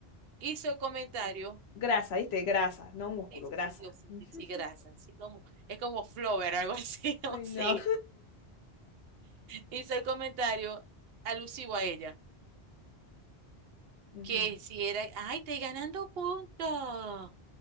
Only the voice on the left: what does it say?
Grasa, ¿viste? Grasa, no músculo,
grasa.
Ujú.
Ay,
no.
<laughs> Ujú.